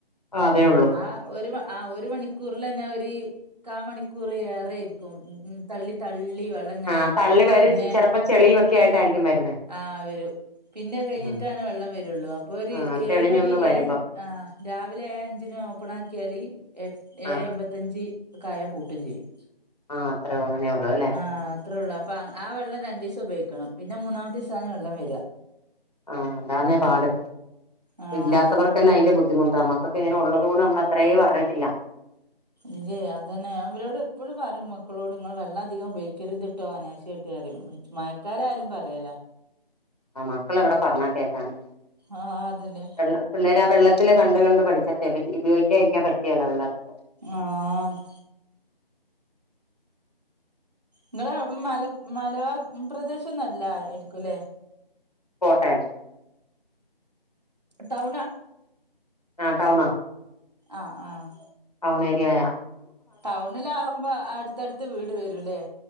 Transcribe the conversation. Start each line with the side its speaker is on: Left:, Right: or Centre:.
Left: ആഹ് അതെ ഒള്ളൂ
Right: ആഹ് ഒരു ആഹ് ഒരു മണിക്കൂറൽ തന്നെ ഒരു കാമണിക്കൂർ ഏയ്റെര്ക്കും ഉം തള്ളി തള്ളി വെള്ളം അങ്ങനെ
Left: ആഹ്
Right: നിക്കും
Left: തള്ളി വരും
Right: പിന്നെ
Left: ചിലപ്പോ ചെളിയുമൊക്കെ ആയിട്ടായിരിക്കും വരുന്നേ
Right: ആഹ് വെരും പിന്നെ കഴിഞ്ഞിട്ടാണ്
Left: ആഹ്
Right: വെള്ളം വരൊള്ളൂ. അപ്പൊ ഒരു
Left: ആഹ്
Right: ഏഴ്
Left: തെളിഞ്ഞൊന്ന്
Right: മണി
Left: വരുമ്പം
Right: ഏ ആഹ് രാവിലെ രാവിലെ ഏ അഞ്ചിന് ഓപ്പൺ ആക്കിയാൽ എ ഏ
Left: ആഹ്
Right: അമ്പത്തഞ്ച് കായ പൂട്ടും ചെയ്യും
Left: ആഹ് അത്രേ അങ്ങനേ ഒള്ളൂ ല്ലേ
Right: ആ ഹ് അത്രേ ഒള്ളൂ അപ്പം ആ വെള്ളം രണ്ടീസം ഉപയോഗിക്കണം പിന്നെ മൂന്നാമത്തീസണ് വെള്ളം വര
Left: ആഹ് അതാന്നെ പാട്
Right: ആഹ്
Left: ഇല്ലാത്തവർക്കെല്ലാം
Right: അതന്നെ
Left: അതിന്റെ ബുദ്ധിമുട്ട നമ്മക്ക് അക്കെ ഇങ്ങന ഉള്ളതുകൊണ്ട് നമ്മള അത്രേ പറഞ്ഞിട്ടില്ല
Right: ഇജേ അതന്നെ അവരോട് എപ്പോഴും പറയും മക്കളോട് ഇങ്ങൾ വെള്ളധികം ഉപേയോഗിക്കരുത് ട്ടോ അനാവ ട്ട് മയക്കാല ആയാലും പറയലാ
Left: ആ ഹ് മക്കൾ എവിടെ പറഞ്ഞാ കേക്കാനാ
Right: ആഹ് അതന്നെ
Left: വെള്ളം പിള്ളേര് ആ വെള്ളത്തിൽ കണ്ട കണ്ട് പഠിച്ചട്ടെ ഉപയോഗിക്കാതിരിക്കാൻ പറ്റുവല്ലപിള്ളേർക്ക്
Right: ആഹ് ഇങ്ങളെ മല മലബ പ്രദേശംന്നല്ല ആയിരിക്കുല്ലെ
Left: കോട്ടയം
Right: ടൗണ
Left: ആഹ് ടൗണ
Right: ആഹ് ആഹ്
Left: ടൗണേഏരിയായ
Right: ടൗണിലാകുമ്പോ അടുത്തടുത്ത് വീട് വരൂല്ലേ